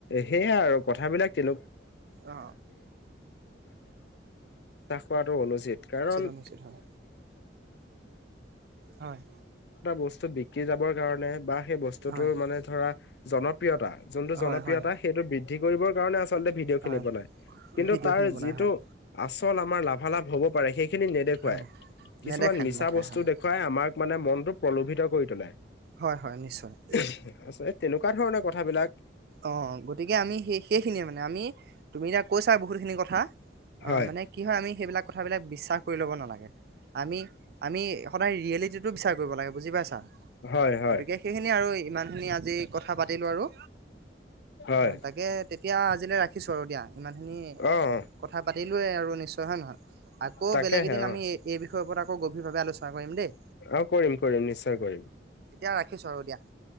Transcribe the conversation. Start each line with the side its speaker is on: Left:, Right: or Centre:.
Left: সেয়াই <inaudible> বিশ্বাস
Right: অ
Left: কৰাটো অনুচিত, কাৰণ <inaudible>
Right: অনুচিত হয় হয়
Left: বস্তু বিক্ৰী যাবৰ কাৰণে, বা সেই বস্তুতোৰ
Right: হয়
Left: মানে ধৰা জনপ্ৰিয়তা যোনটো জনপ্ৰিয়তা
Right: হয় হয়
Left: সেইটো বৃদ্ধি কৰিবৰ কাৰণে আচলতে ভিডিঅ' খিনি
Right: হয়
Left: বনাই। কিন্তু
Right: ভিডিঅ'খিনি
Left: তাৰ
Right: বনাই
Left: যিটো
Right: হয়
Left: আচল আমাৰ লাভালাভ হ'ব পাৰে সেইখিনি নেদেখুৱাই।
Right: হয়
Left: কিছুমান
Right: নেদেখায়
Left: মিছা
Right: নেদেখায়
Left: বস্তু
Right: হয়
Left: দেখুৱাই আমাক মানে মনটো প্ৰলোভিত কৰি তোলে।
Right: হয় হয় নিশ্চয়
Left: আচলতে তেনেকুৱা ধৰণৰ কথাবিলাক।
Right: অ'গতিকে আমি সেই সেইখিনিয়ে মানে আমি তুমি এতিয়া কৈছা বহুতখিনি কথা।
Left: হয়
Right: অ'মানে কি হয় আমি সেইবিলাক কথাবিলাক বিশ্বাস কৰি ল'ব নালাগে। আমি আমি সদায় ৰিয়েলিটিটো বিচাৰ কৰিব লাগে বুজি পাইছা।
Left: হয় হয়
Right: গতিকে সেইখিনি আৰু ইমান খিনি আজি কথা পাতিলো আৰু।
Left: হয়
Right: অ'তাকে তেতিয়া আজিলৈ ৰাখিছো আৰু দিয়া ইমান খিনি
Left: অ'।
Right: কথা পা পাতিলো আৰু নিশ্চয় হয় নে নহয় আকৌ পাতিলোৱে আৰু
Left: তাকেহে
Right: বেলেগ এদিন
Left: অ',
Right: আমি এই বিষয়ৰ ওপৰত আকৌ গভীৰভাৱে আলোচনা কৰিম দেই।
Left: অ' কৰিম কৰিম নিশ্চয় কৰিম।
Right: এতিয়া ৰাখিছো, আৰু দিয়া।